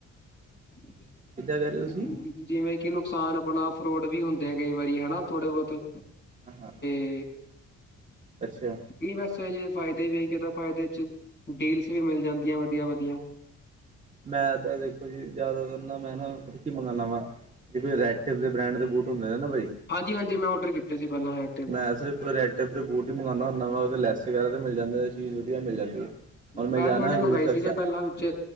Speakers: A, on the left; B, on the right.
A: <inaudible>
B: ਕਿੱਦਾਂ ਕਹਿ ਰਹੇ ਹੋ ਤੁਸੀਂ
A: ਜਿਵੇਂ ਕਿ ਨੁਕਸਾਨ ਆਪਣਾ ਫਰੋਡ ਵੀ ਹੁੰਦੇ ਆ, ਕਈ ਵਾਰੀ ਹੈਨਾ ਥੋੜੇ ਬੌਤੇ।
B: <unintelligible>
A: ਤੇ
B: ਅੱਛਾ।
A: ਹੀਂ ਵੈਸੇ ਜੇ ਫਾਇਦੇ ਵੇਖ ਕੇ ਤਾਂ ਫਾਇਦੇ ਚ, ਡੀਲਸ ਵੀ ਮਿਲ ਜਾਂਦੀਆਂ ਵਦੀਆਂ-ਵਦੀਆਂ।
B: ਮੈਂ ਤਾਂ ਦੇਖੋ ਜੀ, ਜ਼ਿਆਦਾਤਰ ਨਾ ਮੈਂ ਨਾ ਕਿ ਮੰਗਾਣਾ ਵਾ, ਤੇ ਫਿਰ ਰੈਡ ਤੇ ਫਿਰ ਬ੍ਰੈਂਡ ਦੇ ਬੂਟ ਹੁੰਦੇ ਏ ਨਾ ਬਈ।
A: ਹਾਂਜੀ, ਹਾਂਜੀ ਮੈਂ ਔਡਰ ਕੀਤੇ ਸੀ ਪਹਿਲਾਂ ਏਹ।
B: ਮੈਂ ਸਿਰਫ ਰੈਡ ਟੇਪ ਦੇ ਬੂਟ ਹੀ ਮੰਗੋਦਾਂ ਹੁਂਦਾ ਵਾ, ਓਦੇ ਲੈਸ ਵਗੈਰਾ ਤੇ ਮਿਲ ਜਾਂਦੇ ਚੀਜ਼ ਵਧੀਆ ਮਿਲ ਜਾਂਦੀ ਹੈ। ਔਰ
A: ਮੈਂ
B: ਜਾਣਾ
A: ਵੀ ਹੁਣੇੇ ਮੰਗਵਾਈ
B: ਹਜ਼ੂਰ ਸਾਹਿਬ
A: ਸੀਗੀ
B: ਸ
A: ਪਹਿਲਾਂ ਵਿੱਚ,